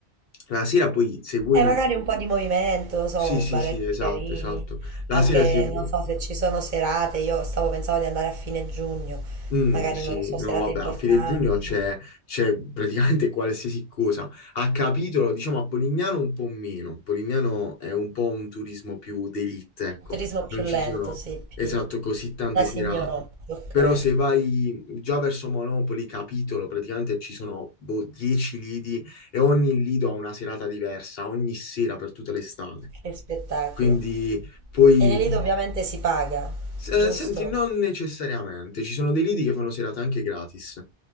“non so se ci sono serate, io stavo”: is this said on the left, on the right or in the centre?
Right